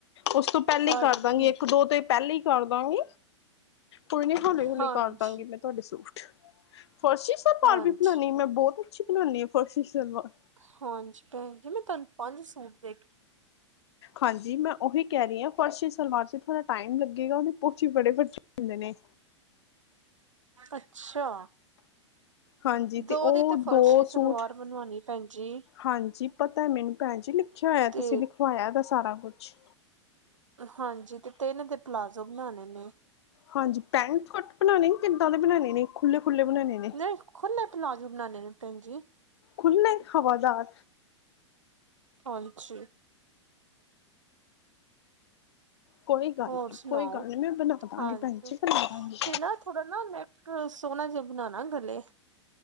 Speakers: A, on the left (about 60°); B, on the right (about 85°).
A: ਉਸ ਤੋਂ ਪਹਿਲਾਂ
B: ਹਾਂਜੀ
A: ਹੀ ਕਰਦਾਂਗੀ ਇੱਕ ਦੋ ਤੋਂ ਪਹਿਲੇ ਹੀ ਕਰਦਾਂਗੀ। ਕੋਈ ਨ੍ਹੀ, ਹੌਲੀ- ਹੌਲੀ
B: ਹਾਂਜੀ
A: ਕਰ ਦਾਂਗੀ ਮੈਂ ਤੁਹਾਡੇ ਸੂਟ, ਫਰਸ਼ੀ ਸਲਵਾਰ
B: ਹਾਂਜੀ
A: ਵੀ ਬਣਾਉਨੀ, ਮੈਂ ਬਹੁਤ ਅੱਛੀ ਬਣਾਉਂਦੀ ਆ, ਫਰਸ਼ੀ ਸਲਵਾਰ
B: ਹਾਂਜੀ, ਭੈਣ ਜੀ ਮੈਂ ਤੁਹਾਨੂੰ ਪੰਜ ਸੂਟ ਦੇ ਕੇ
A: ਹਾਂਜੀ, ਮੈਂ ਉਹੀ ਕਹਿ ਰਹੀ ਹਾਂ, ਫਰਸ਼ੀ ਸਲਵਾਰ ਚ ਥੋੜਾ ਟਾਈਮ ਲੱਗੇਗਾ, ਮੈਂ ਪੁੱਛ ਸੱਚੀ ਬੜੇ ਖਰਚੇ ਹੁੰਦੇ ਨੇ
B: ਅੱਛਾ।
A: ਹਾਂਜੀ
B: ਦੋ
A: ਤੇ
B: ਦੀ
A: ਉਹ
B: ਫਰਸ਼ੀ
A: ਦੋ
B: ਸਲਵਾਰ
A: ਸੂਟ
B: ਬਣਵਾਉਣੀ ਭੈਣ ਜੀ
A: ਹਾਂਜੀ, ਪਤਾ ਮੈਨੂੰ ਭੈਣ ਜੀ ਲਿਖਿਆ ਹੋਇਆ
B: ਤੇ
A: ਤੁਸੀਂ ਲਿਖਵਾਇਆ ਸਾਰਾ ਕੁਛ
B: ਹਾਂਜੀ ਤੇ ਤਿੰਨ ਦੇ ਪਲਾਜ਼ੋ ਬਣਾਉਣੇ ਨੇ
A: ਹਾਂਜੀ ਪੈਂਟ ਕਟ ਬਣਾਉਣੇ ਕਿੱਦਾਂ ਦੇ ਬਣਾਉਣੇ ਨੇ, ਖੁੱਲ੍ਹੇ -ਖੁੱਲ੍ਹੇ ਬਣਾਉਣੇ ਨੇ
B: ਨਹੀਂ ਖੁੱਲੇ ਪਲਾਜ਼ੌ ਬਣਾਉਣੇ ਨੇ ਭੈਣ ਜੀ।
A: ਖੁੱਲੇ ਹਵਾਦਾਰ
B: ਹਾਂਜੀ।
A: ਕੋਈ ਗੱਲ
B: ਹੋਰ
A: ਨਹੀਂ,
B: ਸੁਣਾਓ
A: ਕੋਈ ਗੱਲ ਨੀ, ਮੈਂ ਬਣਾ ਦਵਾਂਗੀ
B: ਹਾਂਜੀ
A: ਭੈਣ ਜੀ ਬਣਾ ਦਵਾਂਗੀ।
B: ਤੇ ਨਾ ਥੋੜਾ ਨਾ ਨੈਕ, ਸੋਹਣਾ ਜਿਹਾ ਬਣਾਉਣਾ ਗਲੇ